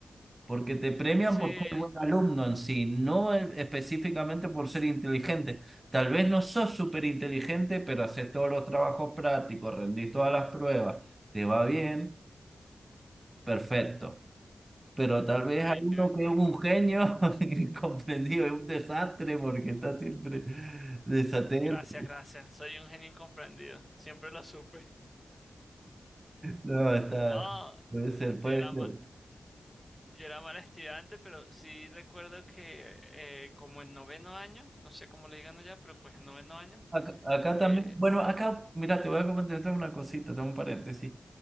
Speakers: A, on the right; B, in the centre.
A: Porque te premian
B: Sí,
A: por ser buen alumno en sí, no e- específicamente por ser inteligente. Tal vez no sos súper inteligente, pero haces todos los trabajos prácticos, rendís todas las pruebas, te va bien, perfecto. Pero tal vez
B: ahí
A: hay uno
B: tienes.
A: que
B: tú,
A: es un
B: Bueno,
A: genio <laughs> incomprendido, es un desastre porque está siempre desatento.
B: gracias, gracias. Soy un genio incomprendido. Siempre lo supe.
A: No, está,
B: No,
A: puede ser, puede
B: yo era,
A: ser.
B: ma- Yo era mal estudiante, pero sí recuerdo que eh, como en noveno año, no sé cómo le digan allá, pero pues en noveno año,
A: Acá, acá
B: eh,
A: también, bueno, acá, mira, te voy a comentar otra una cosita, tengo un paréntesis.